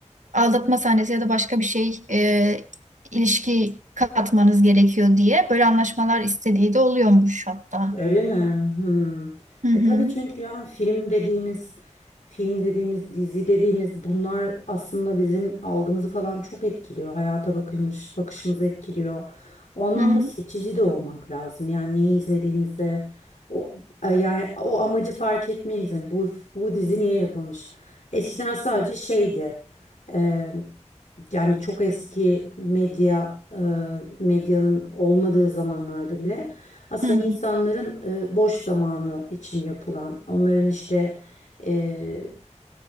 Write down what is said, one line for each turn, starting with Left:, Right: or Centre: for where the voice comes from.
Right: aldatma sahnesi ya da başka bir şey e, ilişki katmanız gerekiyor diye böyle anlaşmalar istediği de oluyormuş hatta.
Left: Öyle mi? Hmm.
Right: Hı hı.
Left: E tabii çünkü yani film dediğimiz, film dediğimiz, dizi dediğimiz bunlar aslında bizim algımızı falan çok etkiliyor. Hayata bakış, bakışımızı etkiliyor. O anlamda
Right: Hı hı.
Left: seçici de olmak lazım. Yani neyi izlediğimize o e, yani o amacı fark etmeliyiz. Yani bu bu dizi niye yapılmış? Eskiden sadece şeydi. e, yani çok eski medya e, medyanın olmadığı zamanlarda bile aslında
Right: Hı hı.
Left: insanların e, boş zamanı için yapılan, onların işte e,